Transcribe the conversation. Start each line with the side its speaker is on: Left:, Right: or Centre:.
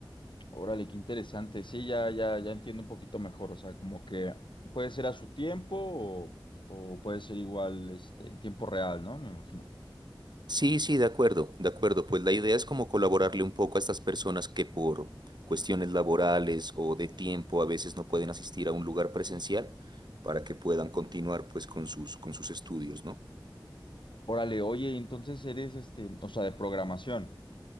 Left: Órale, qué interesante, sí, ya, ya, ya entiendo un poquito mejor, o sea, como que puede ser a su tiempo o, o puede ser igual, este, en tiempo real, ¿no? Me imagino.
Right: Sí, sí, de acuerdo, de acuerdo. Pues la idea es como colaborarle un poco a estas personas que por cuestiones laborales o de tiempo a veces no pueden asistir a un lugar presencial para que puedan continuar pues con sus, con sus estudios, ¿no?
Left: Órale, oye, entonces eres, este, o sea, de programación.